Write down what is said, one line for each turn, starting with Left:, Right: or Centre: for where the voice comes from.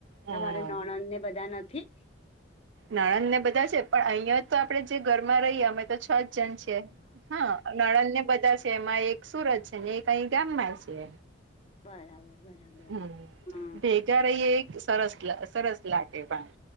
Right: હમ
Left: તમારે નણન ને બધા નથી?
Right: નાણંદ ને બધા છે પણ અહિયાં તો આપડે જે ઘરમાં રહીએ અમે તો છ જ જન છે હા નણંદ ને બધા છે એમાં એક સુરત છે ને એક અહી ગામ માં છે.
Left: બરાબર. બરાબર
Right: હમ
Left: હા
Right: એક સરસ લાગે પણ.